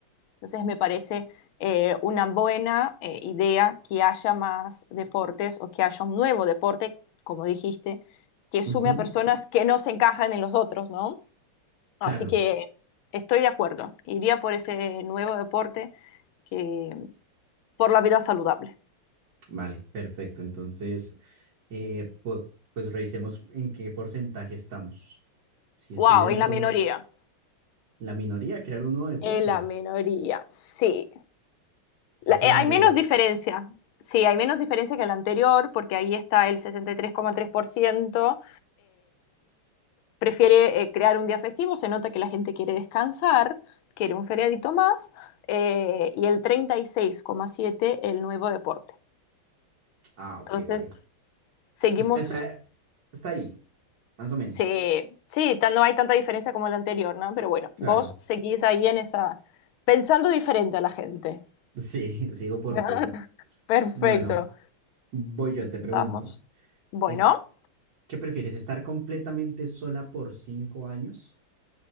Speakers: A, on the left; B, on the right.
A: Entonces me parece eh, una buena eh, idea que haya más deportes o que haya un nuevo deporte, como dijiste, que sume
B: Ujú.
A: a personas que no se encajan en los otros, ¿no? Así
B: Claro.
A: que estoy de acuerdo. Iría por ese nuevo deporte que por la vida saludable.
B: Vale, perfecto. Entonces, eh, pu- pues revisemos en qué porcentaje estamos. Si estoy
A: Wow,
B: dentro
A: en la minoría.
B: de la minoría, crear un nuevo deporte.
A: En la minoría, sí.
B: O
A: La-
B: sea que
A: eh,
B: la
A: hay
B: mayoría...
A: menos diferencia. Sí, hay menos diferencia que el anterior porque ahí está el 63,3% prefiere eh, crear un día festivo, se nota que la gente quiere descansar, quiere un feriadito más, eh, y el 36,7 el nuevo deporte.
B: Ah, ok,
A: Entonces,
B: vale.
A: seguimos,
B: O sea, Está, está ahí, más o menos.
A: sí, sí, tan- no hay tanta diferencia como el anterior, ¿no? Pero bueno,
B: Claro.
A: vos seguís ahí en esa, pensando diferente a la gente.
B: Sí, <laughs> sigo por
A: <laughs>
B: fuera.
A: Perfecto,
B: Bueno, voy yo, te
A: vamos.
B: pregunto.
A: Bueno,
B: ¿Es, qué prefieres, estar completamente sola por cinco años